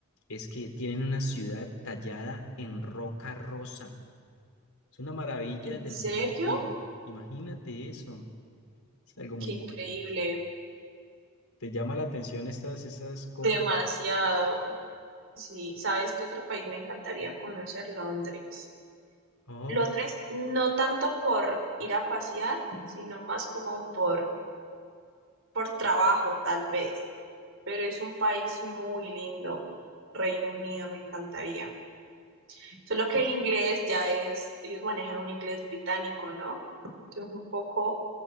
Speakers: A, on the left; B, on the right.
A: es que tienen una ciudad tallada en roca rosa. Es una maravilla
B: ¿En
A: del
B: serio?
A: mundo antiguo. Imagínate eso. Es algo muy
B: Qué increíble.
A: bonito. ¿Te llama la atención estas, esas cosas?
B: Demasiado.
A: así
B: Sí, ¿sabes qué otro país me encantaría conocer? Londres.
A: antiguas?
B: Londres no tanto por ir a pasear, sino más como por, por trabajo, tal vez. Pero es un país muy lindo. Reino Unido me encantaría. Solo que el inglés ya es, ellos manejan un inglés británico, ¿no? Que es un poco,